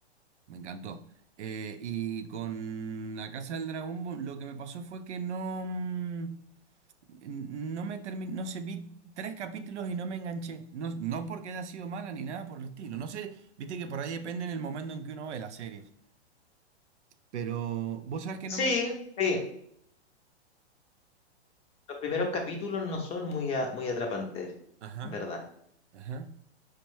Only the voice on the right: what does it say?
me encantó. Eh, y con La Casa del Dragón bu- lo que me pasó fue que no, mm, no me terminé, no sé, vi tres capítulos y no me enganché. No, no porque haya sido mala ni nada por el estilo. No sé, viste que por ahí depende en el momento en que uno ve las series. Pero vos sabés que
no me...
Ajá,
ajá.